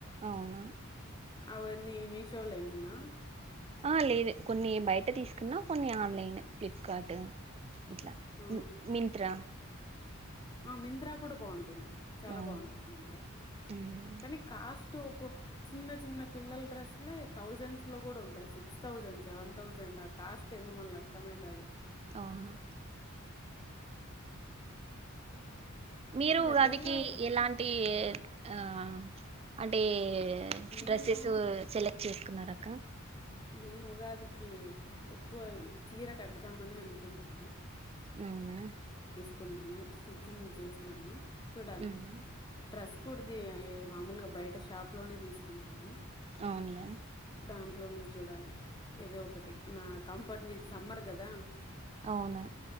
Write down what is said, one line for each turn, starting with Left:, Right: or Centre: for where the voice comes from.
Right: అవునా
Left: అవన్నీ మీషోలొనె నా
Right: ఆ లేదు కొన్ని బయట తీసుకున్నా కొన్ని ఆన్లైన్ ఫ్లిప్కార్ట్ ఇట్ల
Left: ఆ
Right: మింత్రా
Left: ఆ మింత్రా కూడా బాగుంటుంది. చాలా
Right: అవును
Left: బాగుంటుంది మింత్రా
Right: మ్మ్
Left: కానీ కాస్ట్ అటు ఒక చిన్న చిన్న పిల్లల డ్రెస్లే తౌజండ్స్ లో కూడా ఉంటాయి సిక్స్ తౌసండ్ సెవెన్ తౌజండ్ ఆ కాస్ట్ ఏమో మల్ల అర్థమే కాదు.
Right: అవును మీరు
Left: మీ
Right: ఉగాదికి
Left: దగ్గరలో
Right: ఎలాంటి ఆ అంటే
Left: నేను
Right: డ్రస్సేస్సు సెలెక్ట్ చేస్ కున్నారా అక్క
Left: నేను ఉగాదికి ఎక్కువ చీర కడదామనే అనుకుంటున్నా
Right: అవునా
Left: కున్నాను స్టిచ్చింగ్ చేసినాను. చూడాలి.
Right: మ్మ్
Left: డ్రస్ కూడ తీ మాములుగా బయట షాప్ లోనే తీసుకున్నాను.
Right: అవున్లె
Left: దాంట్లోనె చూడాలి ఏదో ఒకటి నా కంఫర్ట్ మీద సమ్మర్ కదా
Right: అవున